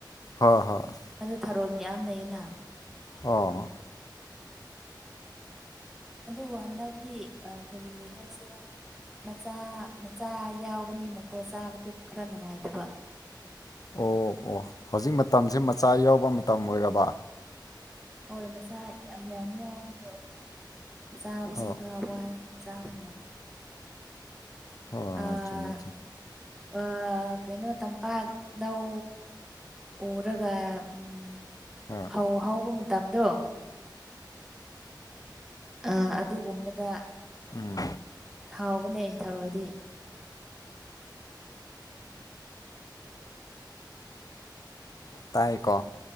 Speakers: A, on the left; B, in the centre.
A: ꯍꯣꯏ ꯍꯣꯏ꯫
B: ꯑꯗꯨ ꯊꯥꯔꯣꯏ ꯃꯌꯥꯝ ꯂꯩꯌꯦꯅ꯫
A: ꯑꯣ꯫
B: ꯑꯗꯨꯕꯨ ꯍꯟꯗꯛꯇꯤ ꯀꯔꯤ ꯍꯥꯏꯁꯤꯔꯥ꯫ ꯃꯆꯥ ꯃꯆꯥ ꯌꯥꯎꯕꯅꯤꯅꯀꯣ ꯆꯥꯕꯗꯨ ꯈꯔ ꯅꯨꯡꯉꯥꯏꯇꯕ꯫
A: ꯑꯣ ꯑꯣ ꯍꯧꯖꯤꯛ ꯃꯇꯝꯁꯦ ꯃꯆꯥ ꯌꯥꯎꯕ ꯃꯇꯝ ꯑꯣꯏꯔꯕ꯫
B: ꯍꯣꯏ ꯃꯆꯥ ꯌꯥꯝ ꯌꯥꯝ ꯌꯥꯎꯕꯗꯣ ꯑꯗꯨꯒꯤ ꯆꯥꯕꯁꯦ
A: ꯑꯣ
B: ꯈꯔ ꯋꯥꯏ ꯆꯥꯕ ꯅꯨꯡꯉꯥꯏ꯫
A: ꯍꯣꯏ
B: ꯑꯥ
A: ꯍꯣꯏ ꯆꯨꯝꯃꯦ ꯆꯨꯝꯃꯦ
B: ꯑ ꯀꯩꯅꯣ ꯇꯝꯄꯥꯛ ꯅꯧ ꯑꯣꯔꯒ ꯎꯝ
A: ꯍꯥ
B: ꯐꯧ ꯍꯧꯕ ꯃꯇꯝꯗꯣ꯫ ꯑ ꯑꯗꯨꯒꯨꯝꯕꯗ꯫
A: ꯎꯝ꯫
B: ꯍꯥꯎꯕꯅꯦ ꯊꯔꯣꯏꯗꯤ꯫
A: ꯇꯥꯏꯀꯣ꯫